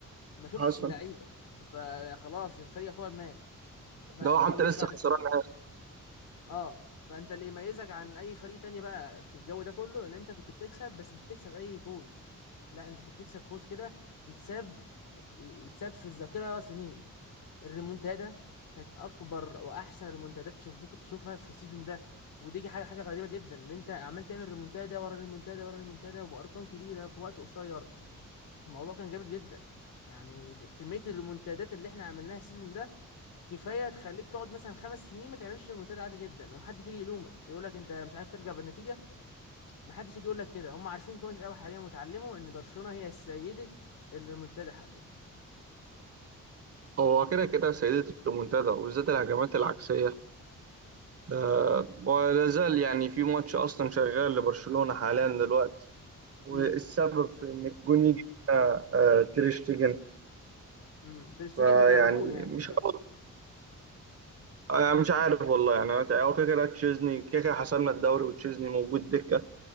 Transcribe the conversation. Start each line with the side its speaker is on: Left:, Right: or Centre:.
Left: ما شفتش
Right: حصل
Left: اللعيبة فخلاص الفريق يعتبر مات فاللي
Right: ده هو حتى لسه
Left: فرق
Right: خسران نهائي.
Left: اه فانت اللي يميزك عن اي فريق تاني بقى في الجو ده كله ان انت كنت بتكسب بس مش بتكسب اي فوز لا انت كنت بتكسب فوز كده يتساب يتساب في الذاكره سنين الريمونتادا كانت اكبر واحسن ريمونتادات تشوف ممكن تشوفها في السيزون ده ودي حاجه حاجه غريبه جدا ان انت عمال تعمل ريمونتادا ورا ريمونتادا ورا ريمونتادا وبارقام كبيره في وقت قصير الموضوع كان جامد جدا يعني كميه الريمونتادات اللي احنا عملناها السيزون ده كفايه تخليك تقعد مثلا خمس سنين ما تعملش ريمونتادا عادي جدا ومحدش يجي يلومك يقول لك انت مش عارف ترجع بالنتيجه محدش يجي يقول لك كده هم عارفين كويس قوي حاليا وتعلموا ان برشلونه هي سيده الريمونتادا حاليا
Right: هو كده كده سيدة المنتدى وبالذات الهجمات العكسية آه ولا زال يعني في ماتش أصلا شغال لبرشلونة حاليا دلوقتي والسبب
Left: امم
Right: في ان الجون يجي فينا آه، تير شتيجن
Left: امم تير شتيجن
Right: فيعني
Left: بيجربوه يعني
Right: مش
Left: دلوقتي
Right: عارف- آه، مش عارف والله يعني انا هو كده كده تشيزني كده كده حسمنا الدوري وتشيزني موجود دكه